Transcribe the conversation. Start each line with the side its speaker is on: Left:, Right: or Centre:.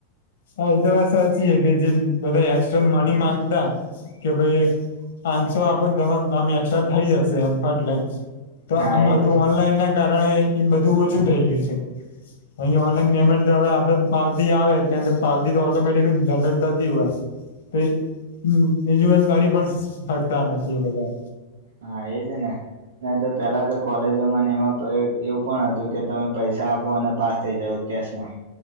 Left: હા, એ તો વાત સાચી છે, કે જે બધા એક્સ્ટ્રા મની માંગતા કે ભઈ, પાંનસો આપો ત તમારું કામ એકસ્ટ્રા થઈ જશે એમ, ફટ લઈન. તો આ
Right: હા
Left: બધું,
Right: એજ
Left: ઓનલાઈનના કારણે, એ બધું ઓછું થઈ ગ્યું છે. અહીં, ઓનલાઈન પેમેન્ટ તો હવે, આપડે પાવતી આવે એટલે એને પાવતી તો ઓટોમેટિક જ જનરેટ કરતી હોય. તો બીજું પણ કાઢી પન શકતા નથી એ બધા.
Right: હા એજ ને નેતો પેલા તો કોલેજોમાં ને એમાં પ એવું પણ હતું કે તમે પૈસા આપો અને પાસ થઈ જાવ કેશમાં.